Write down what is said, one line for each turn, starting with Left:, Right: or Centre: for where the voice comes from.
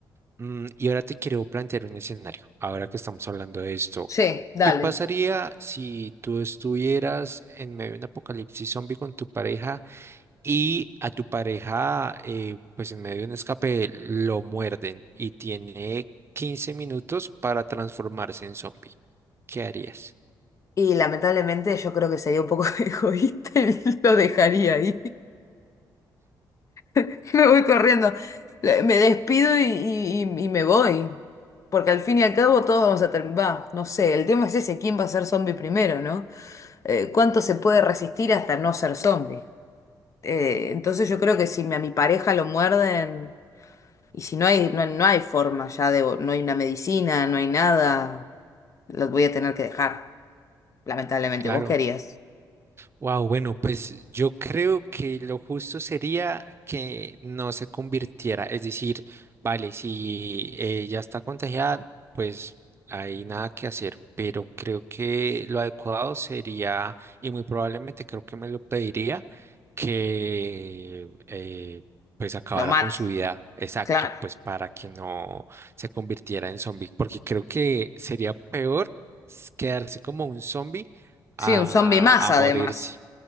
Right: Mm, y ahora te quiero plantear un escenario, ahora que estamos hablando de esto.
Left: sí, dale.
Right: ¿Qué pasaría si tú estuvieras en medio de un apocalipsis zombie con tu pareja y a tu pareja, eh, pues en medio de un escape, lo muerden y tiene 15 minutos para transformarse en zombie? ¿Qué harías?
Left: Y lamentablemente yo creo que sería un poco <laughs> egoísta y lo dejaría ahí. <laughs> Me voy corriendo, Le- me despido y, y- y- y me voy. Porque al fin y al cabo todos vamos a terminar, va, no sé, el tema es ese, ¿quién va a ser zombie primero, no? Eh, ¿cuánto se puede resistir hasta no ser zombie? Eh, entonces yo creo que si me- a mi pareja lo muerden, y si no hay, no, no hay forma ya de, no hay una medicina, no hay nada, los voy a tener que dejar, lamentablemente.
Right: Claro.
Left: ¿Vos querías?
Right: Wow, bueno, pues yo creo que lo justo sería que no se convirtiera, es decir, vale, si eh, ya está contagiada, pues hay nada que hacer, pero creo que lo adecuado sería, y muy probablemente creo que me lo pediría, que eh, pues acabara
Left: Lo mate,
Right: con su vida, exacto,
Left: claro.
Right: pues para que no se convirtiera en zombie, porque creo que sería peor s- quedarse como un zombie
Left: Sí,
Right: a,
Left: un zombie más
Right: a
Left: además.
Right: morirse.